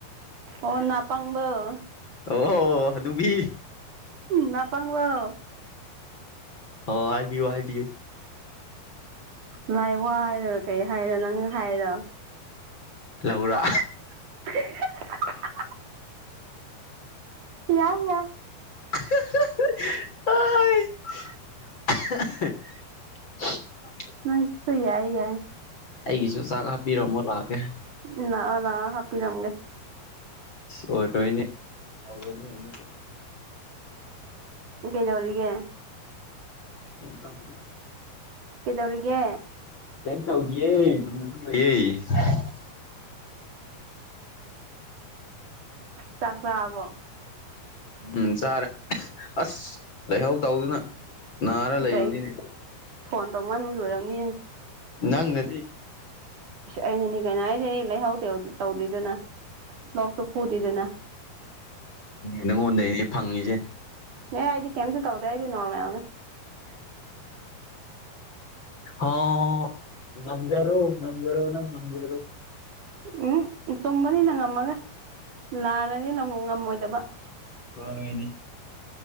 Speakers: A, on the right; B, on the left.
A: ꯑꯣ ꯅꯥꯄꯪꯕꯧ
B: ꯑꯣ ꯍꯅꯨꯕꯤ
A: ꯅꯥꯄꯪꯕ
B: ꯍꯥꯏꯕꯤꯌꯨ ꯍꯥꯏꯕꯤꯌꯨ
A: ꯂꯥꯏ ꯋꯥ ꯍꯥꯏꯔ ꯀꯩ ꯍꯥꯏꯔ ꯅꯪ ꯍꯥꯏꯔ
B: ꯂꯧꯔ
A: <unintelligible> ꯌꯥꯏ ꯌꯥꯏ
B: <unintelligible> <unintelligible>
A: ꯅꯪꯁꯨꯨ ꯌꯥꯏ ꯌꯥꯏ
B: ꯑꯩꯒꯤꯁꯨ ꯆꯥꯛ ꯍꯥꯞꯄꯤꯔꯝꯃꯣ ꯂꯥꯛꯀꯦ
A: ꯂꯥꯛꯑꯣ ꯂꯥꯛꯑꯣ ꯍꯥꯞꯄꯤꯔꯝꯒꯦ
B: ꯑꯣꯏꯔꯣꯏꯅꯦ <inaudible>
A: ꯀꯩꯗꯧꯔꯤꯒꯦ
B: <unintelligible>
A: ꯀꯩꯗꯧꯔꯤꯒꯦ
B: ꯀꯩꯝ ꯇꯧꯗꯤꯌꯦ <unintelligible>
A: ꯆꯥꯛ ꯆꯔꯥꯕꯣ
B: ꯎꯝ ꯆꯥꯔꯦ ꯑꯁ ꯂꯥꯏꯍꯧ ꯇꯧꯗꯅ ꯅꯥꯔ ꯂꯩꯕꯅꯤꯅꯦ
A: ꯀꯩ ꯐꯣꯟ ꯇꯧꯃꯟꯕꯒꯤ ꯑꯣꯏꯔꯝꯅꯤꯌꯦ
B: ꯅꯪꯅ
A: ꯑꯩꯩꯅꯅꯤ ꯀꯩꯅꯣ ꯍꯥꯏꯗꯤ ꯑꯩ ꯂꯩꯍꯧꯗ ꯇꯧꯗꯦꯗꯅ ꯂꯣꯛꯁꯨ ꯐꯗꯦꯗꯅ
B: ꯅꯪꯉꯣꯟꯗꯅꯦ ꯐꯪꯉꯤꯁꯦ
A: ꯑꯦ ꯑꯩꯗꯤ ꯀꯩꯝꯇ ꯇꯧꯗꯦ ꯑꯩꯗꯤ ꯅꯣꯔꯃꯦꯜꯅꯤ
B: ꯑꯣ ꯉꯝꯖꯔꯣ ꯉꯝꯖꯔꯣ ꯅꯪ ꯉꯝꯖꯔꯣ
A: ꯎꯝ ꯆꯨꯝꯕꯅꯤꯅ ꯉꯝꯃꯒ ꯂꯥꯟꯅꯤꯅ ꯅꯪ ꯉꯝꯃꯣꯏꯗꯕ
B: ꯍꯣꯏꯅꯦ